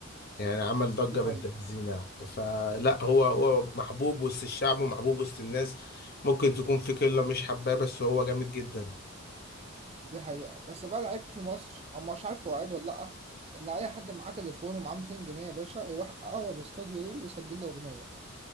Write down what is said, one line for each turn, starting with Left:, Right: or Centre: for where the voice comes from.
Left: يعني عمل ضجة
Right: دي حقيقة
Left: بنت لذينة فلا هو هو محبوب وسط الشعب ومحبوب وسط الناس ممكن تكون في قلة مش حباه بس هو جامد جدا
Right: دي حقيقة بس بقى العيب في مصر أو مش عارف هو عيب ولا لأ إن أي حد معاه تليفون ومعاه 200 جنيه يا باشا يروح أقرب استوديو ليه ويسجل له أغنية